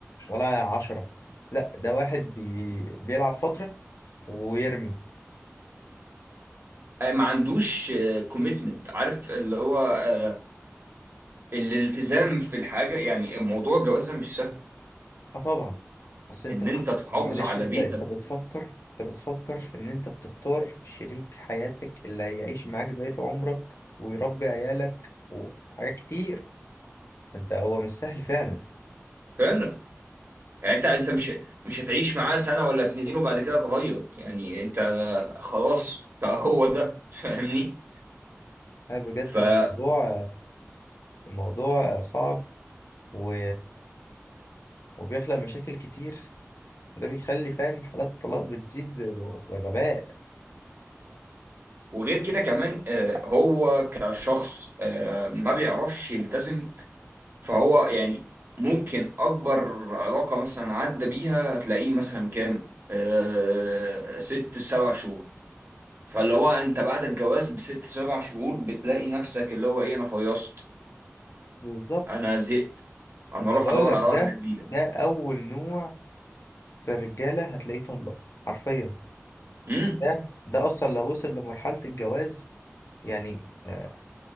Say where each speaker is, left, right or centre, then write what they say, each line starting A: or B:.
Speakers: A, on the left (about 65°); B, on the right (about 50°).
A: ولا عشرة لا ده واحد بي... بيلعب فترة ويرمي
B: آه، ما عندوش كوميتمنت عارف اللي هو آه، الالتزام في الحاجه يعني موضوع الجواز ده مش سهل
A: اه طبعا بس انت
B: ان انت تحافظ
A: معلش
B: على
A: انت
B: بيتك
A: انت بتفكر انت بتفكر في ان انت بتختار شريك حياتك اللي هيعيش معاك بقية عمرك ويربي عيالك وحاجات كتير انت هو مش سهل فعلا
B: فعلا يعني انت انت مش مش هتعيش معاه سنه ولا اتنين وبعد كده تغير يعني انت خلاص فهو ده <laughs> فاهمني
A: اه بجد
B: فصح
A: الموضوع الموضوع صعب و... وبيخلق مشاكل كتير ده بيخلي فاهم حالات الطلاق بتزيد ب- بغباء
B: وغير كده كمان آه، هو كشخص آه، ما بيعرفش يلتزم فهو يعني ممكن أكبر علاقة مثلا عدى بيها هتلاقيه مثلا كام؟ آه ست سبع شهور فاللي هو أنت بعد الجواز بست سبع شهور بتلاقي نفسك اللي هو إيه أنا فيصت
A: بالظبط
B: أنا زهقت أنا
A: ما
B: أروح
A: انا بقول
B: أدور
A: لك
B: على واحدة
A: ده
B: جديدة
A: ده اول نوع في الرجاله هتلاقيه طلق حرفيا
B: امم
A: ده ده اصلا لو وصل لمرحله الجواز يعني آه،